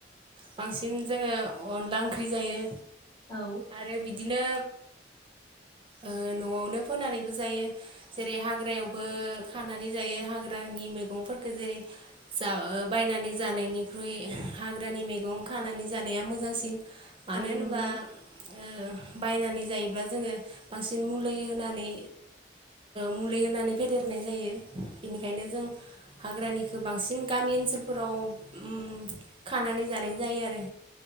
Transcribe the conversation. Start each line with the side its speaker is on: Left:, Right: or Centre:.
Right: बांसिन जोंङो अनला ओंख्रि जायो।
Left: औ
Right: आरो बिदिनो ओ न'आवनो फोनानैबो जायो जेरै हाग्रायावबो खानानै जायो हाग्रानि मैगंफोरखो जेरै जा बायनानै जानायनिख्रुइ हाग्रानि मैगं खानानै जानाया मोजांसिन। मानो
Left: औ
Right: होनोबा
Left: नंगौ
Right: ओ बायनानै जायोब्ला जोंङो बांसिन मुलै होनानै मुलै ओ होनानै फेदेरनाय जायो बेनिखायनो जों हाग्रानिखो बांसिन गामि ओनसोलफोराव उम्म खानानै जानाय जायो आरो।